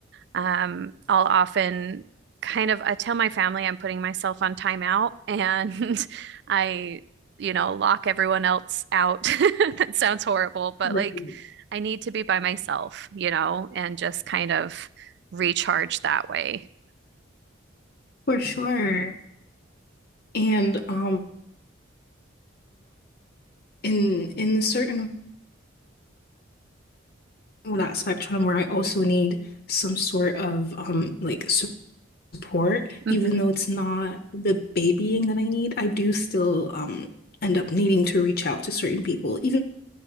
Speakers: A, on the right; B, on the left.
A: um, I'll often kind of I tell my family I'm putting myself on timeout and <laughs> I, you know, lock everyone else out. <laughs> That sounds horrible, but
B: Right.
A: like I need to be by myself, you know, and just kind of recharge that way.
B: For sure. And um in in a certain that spectrum where I also need some sort of um like support,
A: hmm
B: even though it's not the babying that I need, I do still um end up needing to reach out to certain people, even